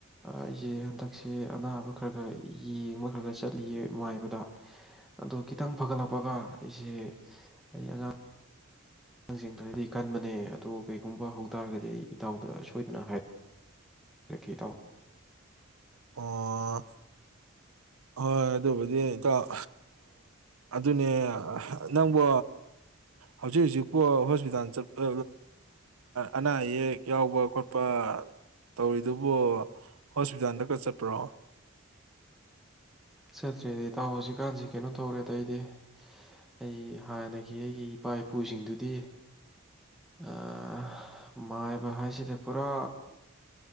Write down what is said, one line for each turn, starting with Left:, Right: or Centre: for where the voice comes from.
Centre: ꯑꯩꯁꯦ ꯍꯟꯗꯛꯁꯦ ꯑꯅꯥꯕ ꯈꯔ ꯈꯔ ꯌꯦꯡꯕ ꯈꯔꯒ ꯆꯠꯂꯤꯌꯦ ꯃꯥꯏꯕꯗ ꯑꯗꯣ ꯈꯤꯇꯪ ꯐꯒꯠꯂꯛꯄꯒ ꯑꯩꯁꯦ ꯑꯩ ꯑꯉꯥꯡ ꯑꯉꯥꯡꯁꯤꯡ ꯈꯔꯗꯤ ꯀꯟꯕꯅꯦ ꯑꯗꯣ ꯀꯩꯒꯨꯝꯕ ꯍꯧꯇꯥꯥꯔꯒꯗꯤ ꯑꯩ ꯏꯇꯥꯎꯗ ꯁꯣꯏꯗꯅ ꯍꯥꯏꯔꯛꯦ ꯄꯤꯔꯛꯀꯦ ꯏꯇꯥꯎ
Right: ꯑꯣ ꯍꯣꯏ ꯑꯗꯨꯕꯨꯗꯤ ꯏꯇꯥꯎ ꯑꯗꯨꯅꯦ ꯅꯪꯕꯨ ꯍꯧꯖꯤꯛ ꯍꯧꯖꯤꯛꯄꯣ ꯍꯣꯁꯄꯤꯇꯥꯜ ꯆꯠꯄ ꯑꯅꯥ ꯑꯌꯦꯛ ꯌꯥꯎꯕ ꯈꯣꯠꯄ ꯇꯧꯔꯤꯗꯨꯕꯨ ꯍꯣꯁꯄꯤꯇꯥꯜꯗ ꯆꯠꯄ꯭ꯔꯣ
Centre: ꯆꯠꯇ꯭ꯔꯦꯗꯤ ꯏꯇꯥꯎ ꯍꯧꯖꯤꯛꯀꯥꯟꯁꯤ ꯀꯩꯅꯣ ꯇꯧꯔꯦꯗ ꯑꯩꯗꯤ ꯑꯩ ꯍꯥꯟꯅꯒꯤ ꯑꯩꯒꯤ ꯏꯄꯥ ꯏꯄꯨꯁꯤꯡꯗꯨꯗꯤ ꯑꯥ ꯃꯥꯏꯕ ꯍꯥꯏꯁꯤꯗ ꯄꯨꯔꯥ